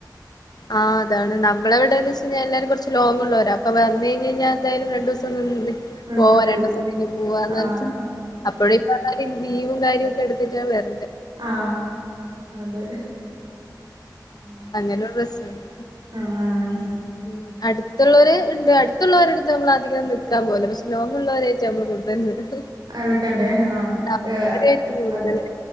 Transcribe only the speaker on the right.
നിക്കും
ആഹ്
ആ അതെ ഉം
ആഹ്
അതൊ കണ്ടേ ആ
ഏ
അത്